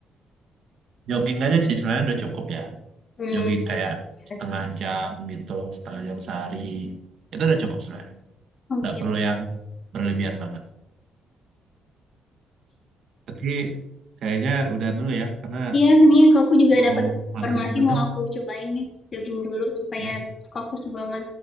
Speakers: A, on the right; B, on the left.
A: Jogging aja sih sebenarnya udah cukup ya.
B: hmm
A: Jogging kayak setengah
B: Oke.
A: jam gitu, setengah jam sehari. Itu udah cukup sebenarnya.
B: oke
A: Nggak perlu yang berlebihan banget. Tapi kayaknya udah dulu ya karena
B: iya nih kok aku juga
A: mau
B: dapat
A: maghrib
B: informasi
A: juga
B: mau aku cobain nih jogging dulu supaya
A: ya.
B: besok aku sebelum